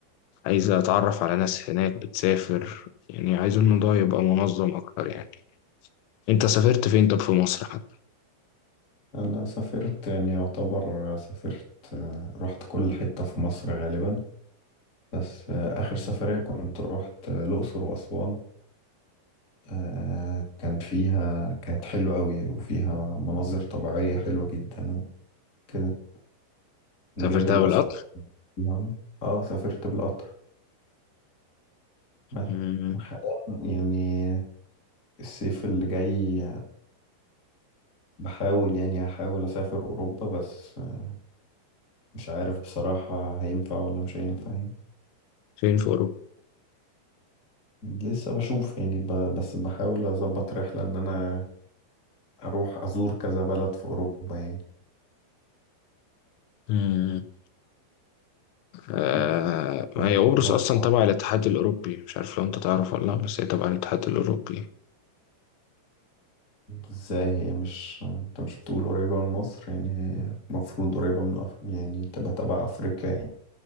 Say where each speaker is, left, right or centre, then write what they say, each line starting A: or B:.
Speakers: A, on the left; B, on the left.
A: عايز أتعرف على ناس هناك بتسافر يعني عايز الموضوع يبقى منظم أكتر يعني أنت سافرت فين طب في مصر حتى
B: أنا سافرت يعني يعتبر سافرت آه، رحت كل حتة في مصر غالبا بس آه، آخر سفرية كنت رحت آه، الأقصر وأسوان آه، كان فيها كانت حلوة أوي وفيها مناظر طبيعية حلوة جدا وكده غير
A: سافرتها
B: الأسعار
A: بالقطر؟
B: فيها. اه سافرت بالقطر بس.
A: مم.
B: حاليا يعني الصيف اللي جاي بحاول يعني هحاول أسافر أوروبا بس آه، مش عارف بصراحة هينفع ولا مش هينفع يعني.
A: فين في أوروبا؟
B: لسه بشوف يعني ب... بس بحاول أظبط رحلة إن أنا أروح أزور كذا بلد في أوروبا يعني
A: امم آه
B: بس أروح
A: هي قبرص أصلا تبع الاتحاد الأوروبي مش عارف لو أنت تعرف ولا لأ بس هي تبع الاتحاد الأوروبي
B: إزاي هي مش أنت مش بتقول قريبة من مصر يعني هي المفروض قريبة من أف... يعني تبقى تبع أفريقيا يعني